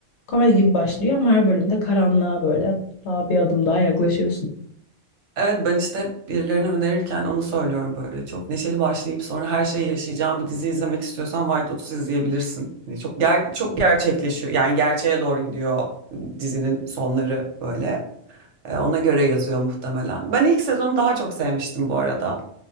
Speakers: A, on the left; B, on the right.
A: komedi gibi başlıyor ama her bölümde karanlığa böyle daha bir adım daha yaklaşıyorsun.
B: Evet ben işte hep birilerine önerirken onu söylüyorum böyle. Çok neşeli başlayıp sonra her şeyi yaşayacağın bir dizi izlemek istiyorsan White Lotus izleyebilirsin. Hani çok ger çok gerçekleşiyor. Yani gerçeğe doğru gidiyor dizinin sonları böyle. Ee, ona göre yazıyor muhtemelen. Ben ilk sezonu daha çok sevmiştim bu arada.